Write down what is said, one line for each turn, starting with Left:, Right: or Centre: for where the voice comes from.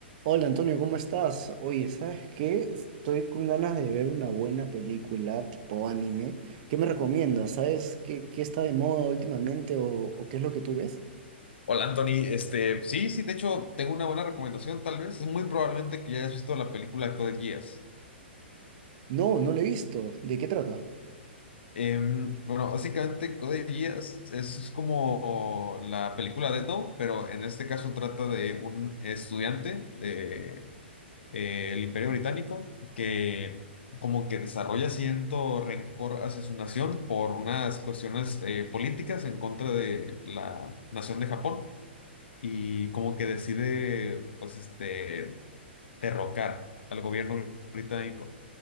Right: Hola Antonio, ¿cómo estás? Oye, ¿sabes qué? Estoy con ganas de ver una buena película tipo anime. ¿Qué me recomiendas? ¿Sabes qué, qué está de moda últimamente o, o qué es lo que tú ves?
Left: Hola Anthony, este, sí, sí, de hecho tengo una buena recomendación tal vez, es muy probablemente que ya hayas visto la película Code Geass.
Right: No, no lo he visto. ¿De qué trata?
Left: Em, bueno, básicamente Code Geass es, es como la película de No, pero en este caso trata de un estudiante de, eh, el Imperio Británico que como que desarrolla cierto rencor hacia su nación por unas cuestiones eh, políticas en contra de la nación de Japón y como que decide, pues, este derrocar al gobierno británico.